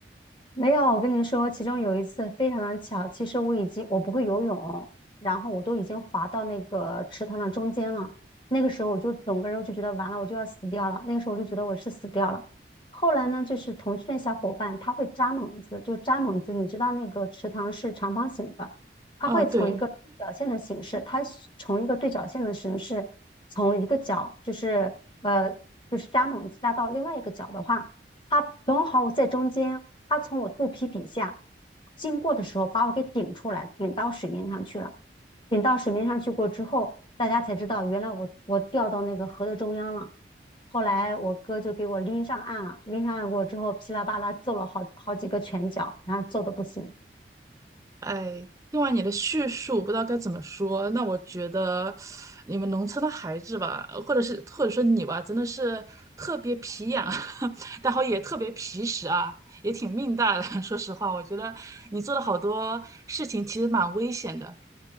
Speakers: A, on the left; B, on the right.
A: 没有，我跟你说，其中有一次非常的巧，其实我已经我不会游泳，然后我都已经滑到那个池塘的中间了。那个时候我就整个人就觉得完了，我就要死掉了。那个时候我就觉得我是死掉了。后来呢，就是同去的小伙伴，他会扎猛子，就扎猛子，你知道那个池塘是长方形的，他会从一个对角线的形式，
B: 啊，对，
A: 他从一个对角线的形式，从一个角就是呃就是扎猛子扎到另外一个角的话。他正好我在中间，他从我肚皮底下经过的时候，把我给顶出来，顶到水面上去了。顶到水面上去过之后，大家才知道原来我我掉到那个河的中央了。后来我哥就给我拎上岸了，拎上岸过之后，噼里啪啦揍了好好几个拳脚，然后揍的不行。
B: 哎，听完你的叙述，不知道该怎么说。那我觉得你们农村的孩子吧，或者是或者说你吧，真的是特别皮痒，<laughs> 然后也特别皮实啊，也挺命大的。<laughs> 说实话，我觉得你做了好多事情，其实蛮危险的。